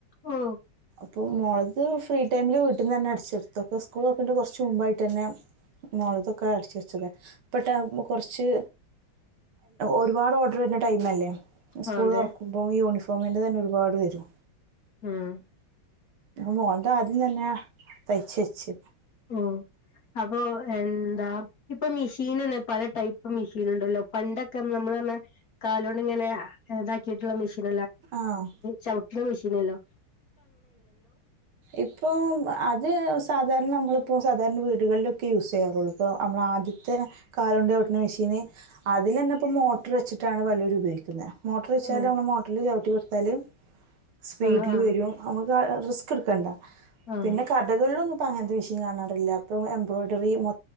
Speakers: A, on the left; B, on the right.
A: ഓ
B: അപ്പൊ മുോളത് ഫ്രീ ടൈമില് വീട്ടിൽന്ന് തന്നെ അടിച്ചെടുത്തൊക്കെ സ്കൂൾക്ക കുറച്ച് മുമ്പായിട്ട് തന്നെ മോളതൊക്കെ അടിച്ച വച്ചക്കെ ഇപ്പ കുറച്ച് ഒരുപാട് ഓർഡർ വരണ്ട ടൈമ അല്ലേ
A: ആഹ്
B: കൂടുതറക്കുമ്പോ
A: അതെ
B: യൂണഫം സമേറ് തന്നെ ഒരുപാട് വരും
A: ഉം
B: മോളന്താ ആദ്യം തന്നെയാ പക്ഷിച്ച
A: ഓ അപ്പൊ എന്താ ഇപ്പൊ മെഷീൻ തന്നെ പല ടൈപ്പ് മെഷീൻ ഉണ്ടല്ലോ പണ്ടൊക്കെ നമ്മൾ തന്നെ കാലൊണ്ട ഇങ്ങനെ ഇതാക്കിയിട്ടുള്ള മെഷീൻ
B: ആഹ്
A: ട ചവി ചന്നല്ലോ
B: ഇപ്പൊ അത് സധ നമ്മ സാധാരണ വീടുകളിലൊക്കെ യൂസ് ചെയ്യാറുള്ളു ഇപ്പോൾ നമ്മൾ ആദ്യത്തെ കാലം കൊണ്ട് കവിട്ടുന്ന മെഷീന് അതിൽ തന്നെ ഇപ്പോൾ മോട്ടർ വച്ചിട്ടാണ് പലരും ഉപയോഗിക്കുന്നത് മോർ ഇഛച്ചായ
A: ഉം
B: അല്ല മോില് ജട്ട തലും സ്പീഡിൽ
A: ആഹ് ആഹ്
B: വരും നമുക്ക് റിസ്ക് എടുക്കണ്ട
A: ആഹ്
B: പിന്നെ കഥകളിലൊ പഷ <unintelligible> എ്രറി മൊ